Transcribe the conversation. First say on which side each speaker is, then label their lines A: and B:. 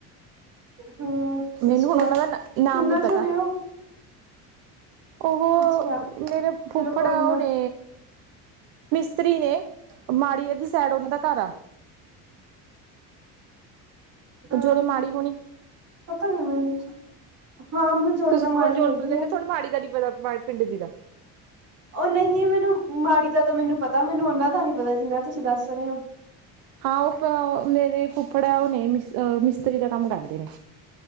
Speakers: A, on the right; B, on the right.
A: ਹਾਂ
B: ਮੈਨੂੰ
A: ਅੱਛਾ
B: ਹੁਣ ਉਹਨਾਂ ਦਾ ਨਾਮ
A: ਕਿੰਨਾ
B: ਨੀ
A: ਚ
B: ਪਤਾ
A: ਹੋਣੇ ਉਹ
B: ਉਹ
A: ਅੱਛਾ
B: ਮੇਰੇ ਫੁੱਫੜਾ
A: ਚਲੋ ਕੋਈ ਨਾ
B: ਆ ਓਹ ਨੇ। ਮਿਸਤਰੀ ਨੇ ਮਾੜੀਅਰ ਦੀ ਸਾਈਡ ਉਹਨਾਂ ਦਾ ਘਰ ਆ। ਪੰਜੋਲੇ
A: ਹੂੰ
B: ਮਾੜੀ ਹੋਣੀ
A: ਪਤਾ ਨੀ ਮੈਨੂੰ ਹਾਂ ਪੰਜੋੜੇ
B: ਤੁਸੀ
A: ਤਾਂ ਮਾੜੀ
B: <unintelligible>
A: ਹੈਗੀ
B: ਰਹਿੰਦੇ
A: ਹੈ
B: ਤੁਹਾਨੂੰ ਮਾੜੀ ਦਾ ਨਹੀਂ ਪਤਾ ਪਿੰਡ ਦੀ ਦਾ
A: ਉਹ ਨਹੀਂ ਮੈਨੂੰ ਮਾੜੀ ਦਾ ਤਾਂ ਮੈਨੂੰ ਪਤਾ ਮੈਨੂੰ ਉਹਨਾਂ ਦਾ ਨੀ ਪਤਾ ਜਿੰਨਾ ਤੁਸੀਂ ਦੱਸ ਰਹੇ ਹੋ
B: ਹਾਂ ਉਹ ਮੇਰੇ ਫੁਫੜ ਹੈ ਉਹ ਨੇ ਮਿਸ ਮਿਸਤਰੀ ਦਾ ਕੰਮ ਕਰਦੇ ਨੇ